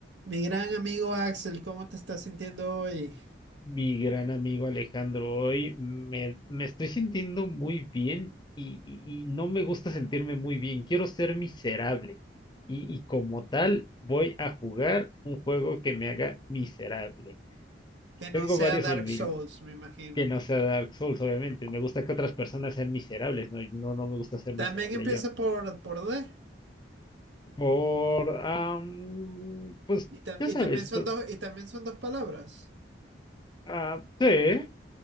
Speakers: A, on the right; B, on the left.
A: Mi gran amigo Axel, ¿cómo te estás sintiendo hoy?
B: Mi gran amigo Alejandro, hoy me, me estoy sintiendo muy bien y, y- y no me gusta sentirme muy bien. Quiero ser miserable. Y, y como tal, voy a jugar un juego que me haga miserable.
A: Que
B: Tengo
A: no sea
B: varios
A: Dark
B: en mi,
A: Souls, me imagino.
B: que no sea Dark Souls, obviamente. Me gusta que otras personas sean miserables, ¿no? Y No, no me gusta ser
A: También
B: miserable
A: empieza
B: yo.
A: por, por D.
B: Por, am, pues,
A: Y, tam-
B: ya
A: y
B: sabes,
A: también son
B: to-
A: dos, y también son dos palabras.
B: ah, sí,